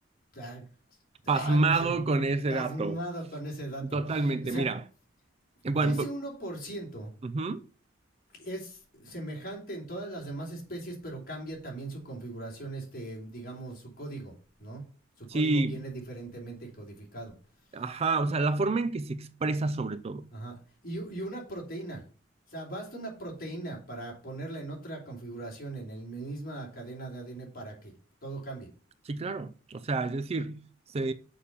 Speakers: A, on the left; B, on the right.
A: ah,
B: Pasmado
A: ah, no sé,
B: con ese
A: tasmado
B: dato.
A: con ese dato.
B: Totalmente,
A: O sea,
B: mira. Bueno,
A: ese
B: bu-
A: uno por ciento
B: ujú.
A: es semejante en todas las demás especies, pero cambia también su configuración, este, digamos, su código, ¿no? Su
B: Sí,
A: código viene diferentemente codificado.
B: ajá,
A: Y,
B: o sea, la forma en que se expresa sobre todo.
A: ajá. Y, y una proteína. O sea, basta una proteína para ponerla en otra configuración, en la misma cadena de ADN, para que todo cambie.
B: Sí, claro. O sea, es decir, se,